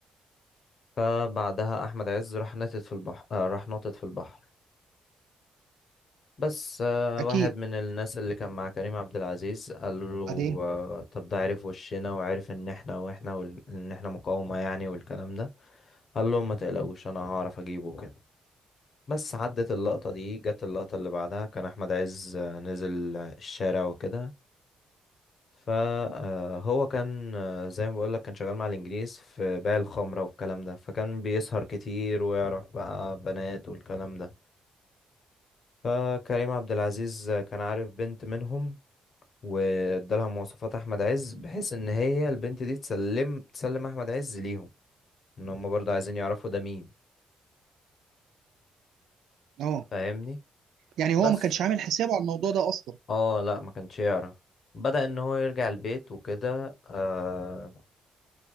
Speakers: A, on the left; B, on the right.
A: فبعدها أحمد عز راح نطت في البحر آه، راح نطت في البحر بس آه،
B: اكيد
A: واحد من الناس اللي كان مع كريم عبد العزيز قال له
B: وبعدين
A: آه، طب ده عرف وشنا وعرف ان احنا واحنا وال... ان احنا مقاومة يعني والكلام ده قال لهم ما تقلقوش انا هعرف اجيبه كده بس عدت اللقطة دي جت اللقطة اللي بعدها كان احمد عز آه، نزل آه، الشارع وكده فهو كان آه، زي ما بقولك كان شغال مع الانجليز في بيع الخمرة والكلام ده فكان بيسهر كتير ويعرف بقى بنات والكلام ده فكريم عبد العزيز كان عارف بنت منهم وادالها مواصفات احمد عز بحيث ان هي البنت دي تسلم تسلم احمد عز ليهم ان هم برضه عايزين يعرفوا ده مين
B: اه
A: فاهمني
B: يعني هو
A: بس
B: ما كانش عامل حسابه على الموضوع ده اصلا
A: اه لا ما كانش يعرف بدأ ان هو يرجع البيت وكده آه